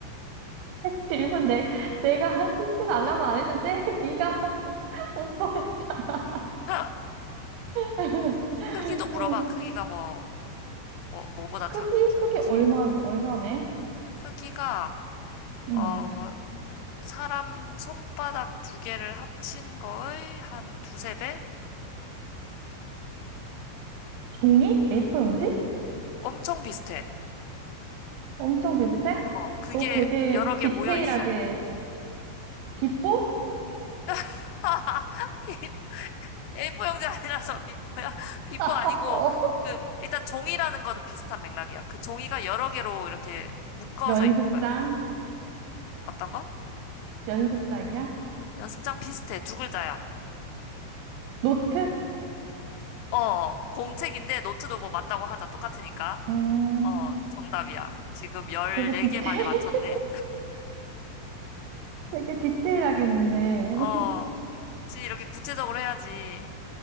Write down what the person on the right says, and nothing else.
<laughs> 질문 내, 내가 <laughs> 힌트 달라고 안 했는데, <laughs> 네가 <laughs> 오빠 했잖아
<laughs>
응.
크기?
크기
얼마,
얼마네?
응.
종이? A4 용지?
엄청 비슷해?
너 되게
디테일하게,
비포?
<laughs>
어,
연습장?
연습장이야?
노트?
음.
되게 디테일,
<laughs> 되게 디테일하긴 했네.
<laughs>